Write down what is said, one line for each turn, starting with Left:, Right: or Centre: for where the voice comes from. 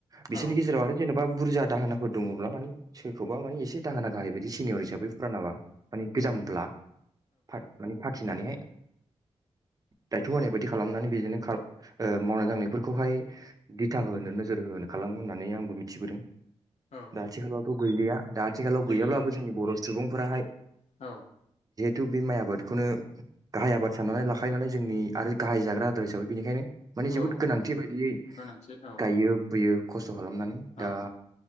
Right: बिसोरनि
Left: औ
Right: गेजेराव आरो जेन'बा बुरजा दाहाफोर दङब्ला मानि सोरखौबा मानि एसे दाहोना गाहायबायदि सिनियर हिसाबै फुरानाबा मानि गोजामब्ला <unintelligible> फिनानैहाय दायथ' होनाय बायदि खालामनानै बिजोंनो ओ मावनाय दांनाय फोरखौहाय दिथा होनो नोजोर होनो खालामो होननानै आंबो मि थिबोदों।
Left: औ
Right: दा आथिखालावथ' गैलिया दा आथिखालाव
Left: गैलिया
Right: गैयाब्लाबो जोंनि बर' सुबुं फोराहाय
Left: औ
Right: थु बे माइ आबादखौनो गाहाय आबाद साननानै लाखायो नालाय जोंनि आरो गाहाय जाग्रा आदार हिसाबै बेनिखायनो माने जोबोद
Left: औ
Right: गोनांथि बायदियै
Left: गोनांथि औ
Right: गायो फुयो। खस्थ खालामनानै
Left: औ
Right: दा